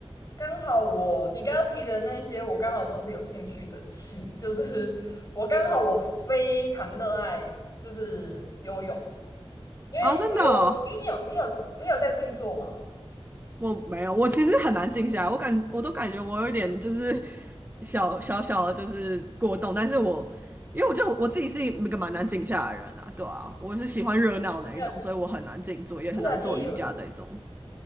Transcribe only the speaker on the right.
啊，真的哦
我没有，我其实很难静下来，我感我都感觉我有点就是小小小的，就是过动，但是我因为我觉得我我自己是一个蛮难静下来的人啊，对啊，我是喜欢热闹那一种，
所以我很难静坐，也很难做瑜伽这一种。